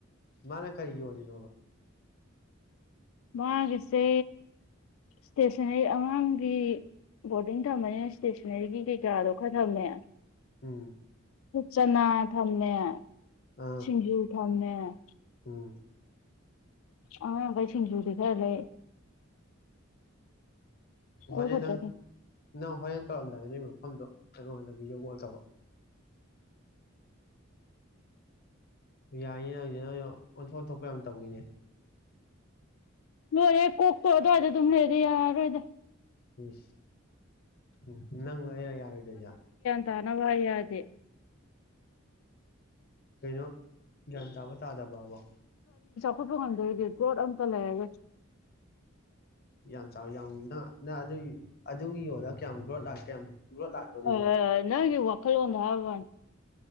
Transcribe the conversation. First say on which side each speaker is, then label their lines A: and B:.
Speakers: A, on the left; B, on the left.
A: ꯃꯥꯅ ꯀꯔꯤ ꯌꯣꯜꯂꯤꯅꯣꯕ
B: ꯃꯥꯒꯤꯁꯦ ꯁꯇꯦꯁꯟꯅꯔꯤ ꯑꯉꯥꯡꯒꯤ ꯕꯣꯔꯗꯤꯡ ꯊꯝꯃꯅꯤꯅ ꯁꯇꯦꯁꯟꯅꯔꯤꯒꯤ ꯀꯩꯀꯥꯗꯣ ꯈꯔ ꯊꯝꯃꯦ
A: ꯎꯝ
B: ꯍꯠ ꯆꯅ ꯊꯝꯃꯦ
A: ꯑꯥ
B: ꯁꯤꯡꯖꯨ ꯊꯝꯃꯦ ꯑꯣ
A: ꯎꯝ
B: ꯑꯉꯥꯡꯒꯩ ꯁꯤꯡꯖꯨꯗꯤ ꯈꯔꯥ ꯂꯩ ꯑꯗꯨ
A: ꯍꯣꯔꯦꯟ
B: ꯈꯠꯇꯅꯤ
A: ꯅꯪ ꯅꯪ ꯍꯣꯔꯦꯟ ꯇꯧꯔꯝꯗꯥꯏ ꯑꯗꯨꯏ ꯃꯐꯝꯗꯣ ꯑꯩꯉꯣꯟꯗ ꯚꯤꯗꯤꯑꯣ ꯀꯣꯜ ꯇꯧꯔꯛꯑꯣ ꯌꯥꯏꯌꯦ ꯌꯥꯏꯌꯦ ꯅꯪ ꯑꯣꯟꯊꯣꯛ ꯑꯣꯟꯊꯣꯛꯄꯥ ꯌꯥꯝ ꯇꯧꯋꯤꯅꯦ
B: ꯂꯣꯏꯔꯦ ꯀꯣꯛꯇꯣ ꯑꯗꯨꯋꯥꯏꯗ ꯑꯗꯨꯝ ꯂꯩꯔꯗꯤ ꯌꯔꯔꯣꯏꯗ
A: ꯏꯁ ꯎꯝ ꯅꯪꯅ ꯑꯩꯔꯥ ꯌꯔꯣꯏꯗꯣꯏꯖꯦ
B: ꯇꯥꯅꯕꯥ ꯍꯥꯏ ꯌꯥꯗꯦ
A: ꯀꯩꯅꯣ ꯒ꯭ꯌꯥꯟ ꯇꯥꯕ ꯇꯥꯗꯕꯕꯣ
B: ꯈꯣꯠꯄ ꯉꯝꯗꯣꯔꯤꯒꯦ ꯒ꯭ꯔꯣꯠ ꯑꯝꯇ ꯂꯩꯔꯔꯣꯏ
A: ꯌꯥꯝ ꯆꯥꯎꯋꯤ ꯌꯥꯝ ꯅꯪ ꯑꯗꯨ ꯑꯗꯨꯒꯤ ꯌꯣꯟꯂꯒ ꯀꯌꯥꯝ ꯒ꯭ꯔꯣꯠ ꯂꯥꯛꯀꯦ ꯀꯌꯥꯝ ꯒ꯭ꯔꯣꯠ ꯂꯥꯛꯇꯣꯔꯤꯒꯦ
B: ꯑ ꯅꯪꯒꯤ ꯋꯥ <unintelligible> ꯍꯥꯏꯕꯥ ꯋꯥꯅꯤ <unintelligible>